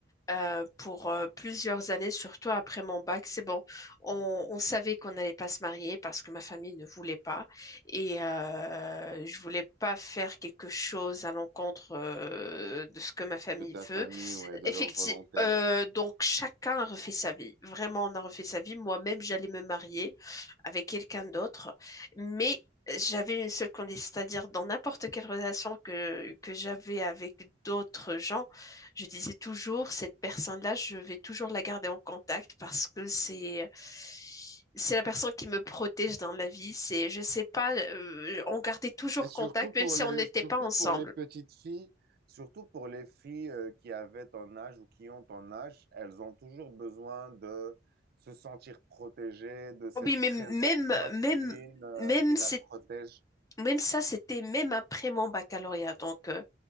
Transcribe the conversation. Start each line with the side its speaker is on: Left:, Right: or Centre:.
Left: euh, pour euh, plusieurs années, surtout après mon bac. C'est bon, on, on savait qu'on n'allait pas se marier parce que ma famille ne voulait pas et euh, je voulais pas faire quelque chose à l'encontre euh, de ce que ma famille
Right: de ta famille
Left: veut.
Right: ou de
Left: Effectivement,
Right: leur volonté.
Left: donc chacun a refait sa vie. Vraiment, on a refait sa vie. Moi-même, j'allais me marier avec quelqu'un d'autre, mais j'avais une seule condition, c'est-à-dire dans n'importe quelle relation que, que j'avais avec d'autres gens, je disais toujours, cette personne-là, je vais toujours la garder en contact parce que c'est c'est la personne qui me protège dans la vie. C'est, je sais pas, euh, on gardait toujours
Right: Et surtout
Left: contact,
Right: pour
Left: même si
Right: les,
Left: on n'était
Right: surtout
Left: pas ensemble.
Right: pour les petites filles, surtout pour les filles euh, qui avaient ton âge ou qui ont ton âge, elles ont toujours besoin de se sentir protégées, de cette
Left: Oh Oui, mais
Right: présence
Left: même,
Right: masculine
Left: même,
Right: euh,
Left: même,
Right: qui la
Left: c'est,
Right: protège.
Left: même ça, c'était même après mon baccalauréat. Donc, euh,